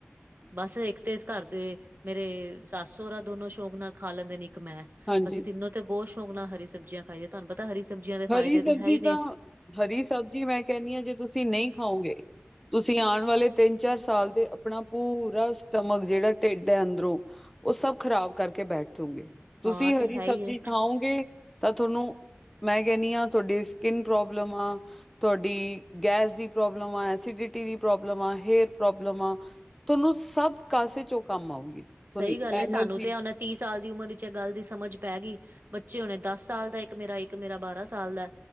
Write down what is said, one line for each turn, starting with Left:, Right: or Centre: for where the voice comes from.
Right: ਬਸ ਇਕ ਤੇ ਇਸ ਘਰ ਦੇ ਮੇਰੇ ਸੱਸ -ਸਹੁਰਾ ਦੋਨੋਂ ਸ਼ੌਂਕ ਨਾਲ ਖਾ ਲੈਦੇ ਨੇ, ਇਕ ਮੈ
Centre: ਹਾਂਜੀ
Right: ਅਸੀ ਤਿੰਨੋ ਤੇ ਬਹੁਤ ਸ਼ੌਂਕ ਨਾਲ ਹਰੀ ਸਬਜ਼ੀਆਂ ਖਾਈਏ, ਤੁਹਾਨੂੰ ਪਤਾ ਹਰੀ ਸਬਜ਼ੀਆਂ ਦੇ
Centre: ਹਰੀ
Right: ਫਾਇਦੇ
Centre: ਸਬਜ਼ੀ
Right: ਤੇ ਹੈ। ਹੀ
Centre: ਤਾਂ
Right: ਨੇ
Centre: ਹਰੀ ਸਬਜ਼ੀ ਮੈ ਕਹਿਦੀ ਹਾਂ, ਜੇ ਤੁਸੀ ਨਹੀ ਖਾਓਗੇ ਤੁਸੀਂ ਆਉਣ ਵਾਲੇ ਤਿੰਨ- ਚਾਰ ਸਾਲ, ਦੇ ਆਪਣਾ ਪੂਰਾ ਸਟਮਕ ਜਿਹੜਾ ਢਿੱਡ ਹੈ, ਅੰਦਰੋ ਉਹ ਸਭ ਖ਼ਰਾਬ ਕਰਕੇ ਬੈਠੋਗੇ ਤੁਸੀ
Right: ਹਾਂ
Centre: ਹਰੀ
Right: ਤੇ ਹੈ
Centre: ਸਬਜ਼ੀ,
Right: ਹੀ ਏ।
Centre: ਖਾਓਗੇ ਤਾਂ ਤੁਹਾਨੂੰ ਮੈ ਕੈਨੀ ਆ ਤੁਆਡੀ ਸਕਿੰਨ ਪ੍ਰੋਬਲਮ ਆ ਤੁਆਡੀ ਗੈਸ ਦੀ ਪ੍ਰੋਬਲਮ ਆ, ਐਸੀਡਿਟੀ ਦੀ ਪ੍ਰੋਬਲਮ ਆ, ਹੇਅਰ ਪ੍ਰੋਬਲਮ ਆ ਤੁਆਨੂੰ ਸਭ ਕਾਸੇ ਚੋ ਕਮ ਆਊਗੀ ਤੁਹਾਡੀ
Right: ਸਈ ਗਲ ਏ
Centre: ਐਨਰਜੀ
Right: ਸਾਨੂੰ ਤੇ ਇਹ ਹੁਨ ਤੀਹ ਸਾਲ ਦੀ ਉਮਰ ਵਿਚ ਇਹ ਗਲ ਦੀ ਸਮਝ ਪੈ ਗਈ ਬੱਚੇ ਹੋਣੇ ਦਸ ਸਾਲ ਦਾ ਇਕ ਮੇਰਾ ਇਕ ਇਕ ਮੇਰਾ ਬਾਰਾਂ ਸਾਲ ਦਾ